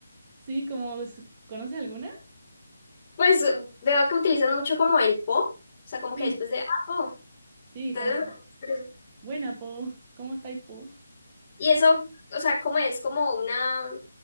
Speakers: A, on the right (about 15°); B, on the left (about 20°).
A: Sí, como, ¿conoces alguna?
B: Pues veo que utilizan mucho como el po, o sea, como que
A: Sí.
B: después de, ah, po.
A: Sí,
B: Entonces,
A: como,
B: pero eso-
A: buena, po, ¿cómo estáis, po?
B: y eso, o sea, ¿cómo es? Como una,